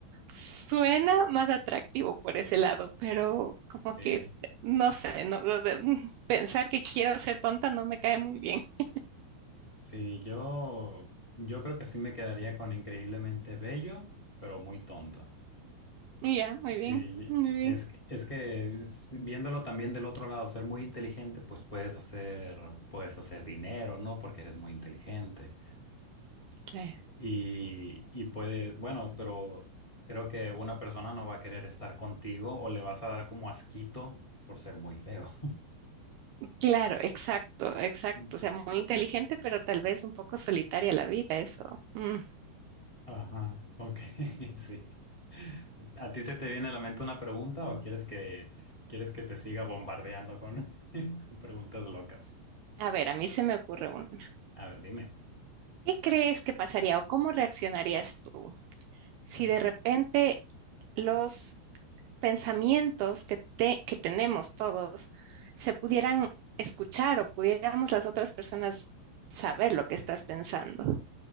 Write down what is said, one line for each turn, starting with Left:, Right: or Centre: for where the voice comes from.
Right: Suena más atractivo por ese lado, pero como
Left: Sí.
Right: que no sé, no, lo de- mm, pensar que quiero ser tonta no me cae muy bien. <laughs>
Left: Sí, yo, yo creo que sí me quedaría con increíblemente bello, pero muy tonto.
Right: Ya, muy
Left: Sí,
Right: bien, muy bien.
Left: es, que- es que es- viéndolo también del otro lado, ser muy inteligente, pues puedes hacer, puedes hacer dinero, ¿no? Porque eres muy inteligente.
Right: Claro.
Left: Y, y puede, bueno, pero creo que una persona no va a querer estar contigo o le vas a dar como asquito por ser muy feo.
Right: Claro, exacto, exacto.
Left: <laughs>
Right: O sea, muy inteligente, pero tal vez un poco solitaria la vida, eso. Mm.
Left: Ajá, ok, <laughs> sí. ¿A ti se te viene a la mente una pregunta o quieres que, quieres que te siga bombardeando con, <laughs> con preguntas locas?
Right: A ver, a mí se me ocurre uno.
Left: A ver, dime.
Right: ¿Qué crees que pasaría o cómo reaccionarías tú
Left: Sí.
Right: si de repente los pensamientos que, te- que tenemos todos se pudieran escuchar o pudiéramos las otras personas saber lo que estás pensando.